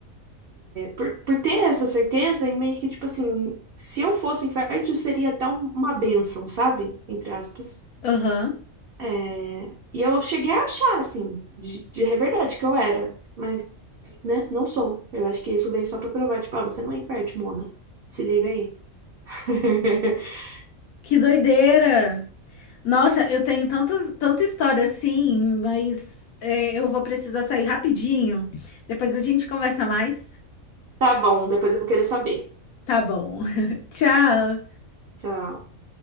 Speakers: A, on the right; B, on the left.
A: por, por ter essa certeza, e meio que tipo assim, se eu fosse infértil, seria até um- uma bênção, sabe? Entre aspas.
B: Aham.
A: É, E eu cheguei a achar, assim, de, de é verdade que eu era. Mas, né, não sou. Eu acho que isso veio só pra provar, tipo, ah, você não é infértil, Mona. Se liga aí. <laughs>
B: Que doideira! Nossa, eu tenho tantas, tanta história assim, mas é, eu vou precisar sair rapidinho. Depois a gente conversa mais.
A: Tá bom, depois eu vou querer saber.
B: Tá bom. <laughs> Tchau.
A: Tchau.